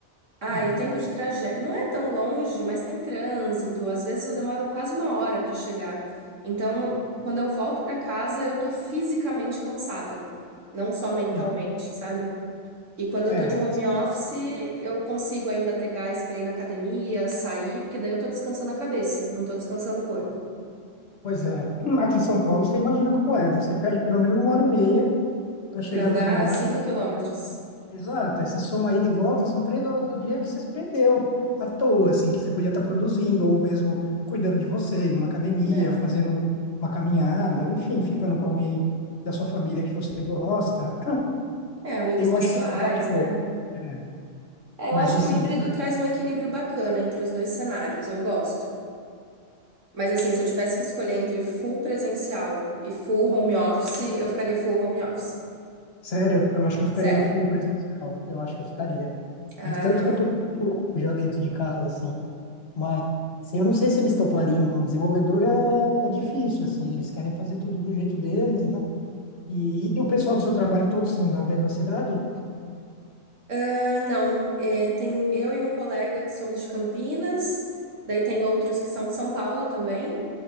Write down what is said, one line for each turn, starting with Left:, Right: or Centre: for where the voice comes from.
Right: Ah,
Left: Uhum.
Right: e o tempo de trajeto não é tão longe, mas tem trânsito. Às vezes eu demoro quase uma hora para chegar. Então, quando eu volto para casa, eu tô fisicamente cansada, não só mentalmente,
Left: Sim.
Right: sabe? E quando eu
Left: É.
Right: tô de home office, eu consigo ainda ter gás para ir na academia, sair, porque daí eu tô descansando a cabeça, não tô descansando o corpo.
Left: Pois é. Aqui em São Paulo, você imagina como é, né? Você perde pelo menos uma hora e meia para chegar
Right: Para andar
Left: nos lugares.
Right: 5 quilômetros.
Left: Exato, aí você soma ida e volta,
Right: Uhum.
Left: são três horas do dia que você perdeu à toa, assim, que você podia estar produzindo, ou mesmo cuidando de você, indo na academia,
Right: É.
Left: fazendo uma caminhada, enfim, ficando com alguém da sua família que você gosta.
Right: É, amigos
Left: Eu
Right: pessoais,
Left: acho que essa parte é
Right: né?
Left: boa, né?
Right: É,
Left: Mas,
Right: eu acho
Left: assim,
Right: que o híbrido traz um equilíbrio bacana entre os dois cenários. Eu gosto. Mas assim, se eu tivesse que escolher entre full presencial e full home office, eu ficaria full home office.
Left: sério, eu acho que eu ficaria
Right: Sério.
Left: no full presencial, eu acho que eu ficaria.
Right: Ah,
Left: De tanto
Right: não.
Left: que eu tô louco já dentro de casa, assim, mas se- eu não sei se eles topariam, o desenvolvedor é, é difícil, assim, eles querem fazer tudo do jeito deles, né? E, e o pessoal do seu trabalho todos são da mesma cidade?
Right: Ah, não. É, tem eu e um colega que somos de Campinas, daí tem outros que são de São Paulo também,